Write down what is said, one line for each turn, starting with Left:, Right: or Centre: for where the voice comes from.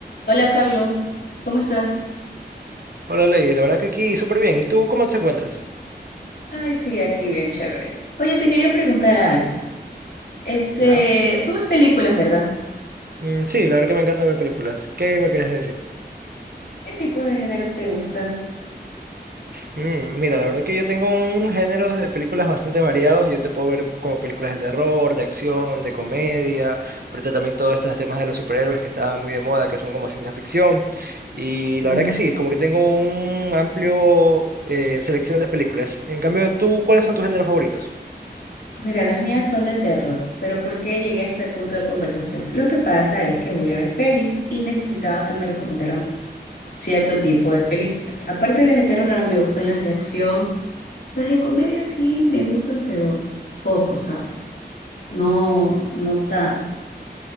Left: Hola Carlos, ¿cómo estás?
Right: Hola Lady, la verdad que aquí súper bien. ¿Y tú cómo te encuentras?
Left: Ay, sí, aquí bien chévere. Oye, te quería preguntar algo. Este,
Right: ¿Ya?
Left: tú ves películas, ¿verdad?
Right: Mm, sí, la verdad que me encanta ver películas. ¿Qué me quieres decir?
Left: ¿Qué tipos de géneros te gustan?
Right: Mm, mira, la verdad que yo tengo un género de películas bastante variados. Yo te puedo ver como películas de terror, de acción, de comedia. Ahorita también todos estos temas de los superhéroes que estaban muy de moda, que son como ciencia ficción. Y
Left: Mm,
Right: la verdad que sí, como que tengo un amplio eh, selección de películas. En cambio, ¿tú cuáles son tus géneros favoritos?
Left: Mira, las mías son de terror, pero ¿por qué llegué a este punto de conversación? Lo que pasa es que voy a ver pelis y necesitaba que me recomendaran cierto tipo de películas. Aparte de las de terror, a mí me gustan las de acción. Las de comedia sí me gustan, pero poco, ¿sabes? No, no tan.